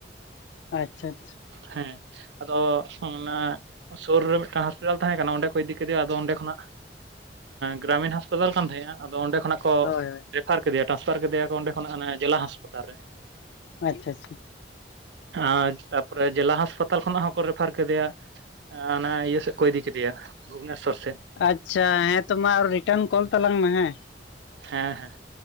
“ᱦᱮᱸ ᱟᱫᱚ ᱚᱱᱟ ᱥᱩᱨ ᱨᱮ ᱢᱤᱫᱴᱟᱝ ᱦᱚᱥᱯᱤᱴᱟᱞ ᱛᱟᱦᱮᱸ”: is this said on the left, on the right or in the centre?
Right